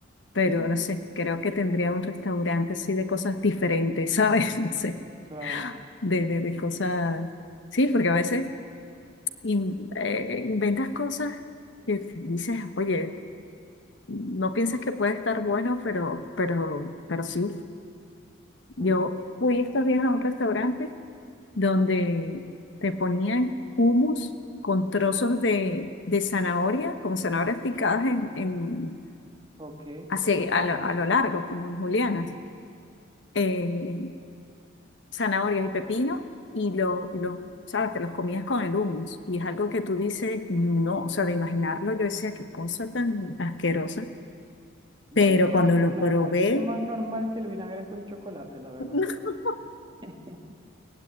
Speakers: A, on the left (about 60°); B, on the right (about 25°).
A: pero
B: Sí,
A: no sé, creo que tendría un restaurante así de cosas diferentes, ¿sabes? <laughs> No sé,
B: claro.
A: de, de, de cosas, sí, porque a veces in- eh, inventas cosas que dices, oye, no piensas que puede estar bueno, pero, pero, pero sí, yo
B: Mm,
A: fui estos días a un restaurante. donde te ponían hummus con trozos de, de zanahoria, con zanahorias picadas en, en-
B: Ok,
A: hacia- a lo, a lo largo, como en julianas,
B: sí.
A: eh, zanahorias y pepino, y lo, y lo- ¿sabes? Te los comías con el hummus, y es algo que tú dices, no, o sea, de imaginarlo, yo decía, qué cosa tan asquerosa,
B: Bueno,
A: pero
B: Eso me
A: cuando lo probé,
B: me parece más normal que el vinagre con chocolate, la verdad.
A: <laughs>
B: <laughs>